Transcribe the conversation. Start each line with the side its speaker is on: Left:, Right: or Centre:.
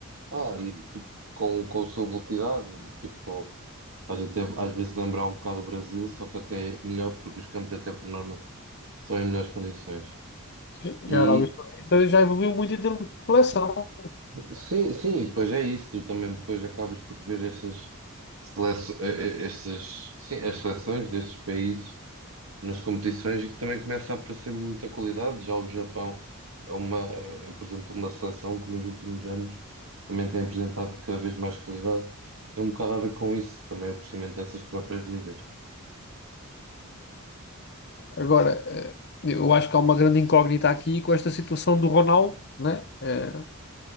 Right: pá, e, tipo, com, com a sua velocidade, tipo, faz até às vezes lembrar um bocado o Brasil, só que até é melhor, porque os campos até por norma são em melhores condições.
Left: Sim, e
Right: e
Left: a Arábia Saudita já evoluiu muito em termos de coleção.
Right: Sim, sim, pois é isso. Tu também depois acabas por ver estas seleções, estas, sim, as seleções destes países nas competições e que também começa a aparecer muita qualidade. Já o Japão é uma, é, por exemplo, uma seleção que nos últimos anos também tem apresentado cada vez mais qualidade. é um bocado a ver com isso, também o crescimento dessas próprias ligas.
Left: Agora, eh, eu acho que há uma grande incógnita aqui com esta situação do Ronaldo, né? Eh,